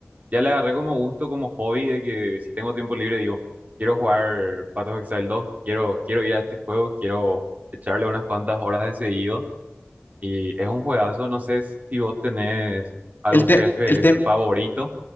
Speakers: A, on the right; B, on the left.
A: Ya le agarré como gusto, como hobby de que si tengo tiempo libre digo, quiero jugar Path of Exile dos quiero, quiero ir a este juego, quiero echarle unas cuantas horas de seguido. Y es un juegazo, no sé si vos tenés algún
B: El te,
A: jefe
B: El te,
A: favorito.